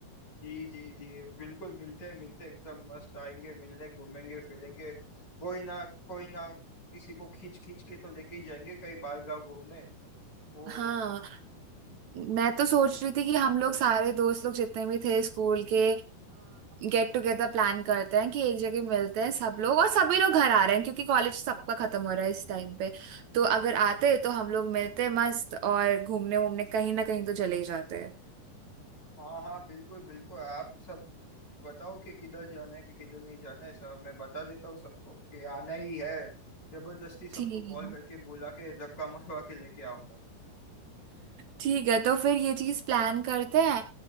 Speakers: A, on the left; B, on the right.
A: जी जी जी बिल्कुल मिलते हैं मिलते हैं एकदम मस्त आएंगे मिलने घूमेंगे फिरेंगे कोई ना कोई ना किसी को खींच खींच के तो लेके ही जाएंगे कहीं बाहर गाँव घूमने वो
B: हाँ मैं तो सोच रही थी कि हम लोग सारे दोस्त लोग जितने भी थे स्कूल के गेट टुगेदर प्लान करते हैं कि एक जगह मिलते हैं सब लोग और सभी लोग घर आ रहे हैं क्योंकि कॉलेज सबका खत्म हो रहा है इस टाइम पे तो अगर आते तो हम लोग मिलते मस्त और घूमने वूमने कहीं ना कहीं तो चले ही जाते हैं
A: हाँ हाँ बिल्कुल बिल्कुल आप सब बताओ कि किधर जाना है कि किधर नहीं जाना है सब मैं बता देता हूँ सबको कि आना ही है जबरदस्ती सबको
B: ठीक
A: कॉल
B: है
A: करके बुला के धक्का मरवा के लेके आऊंगा
B: ठीक है तो फिर ये चीज प्लान करते हैं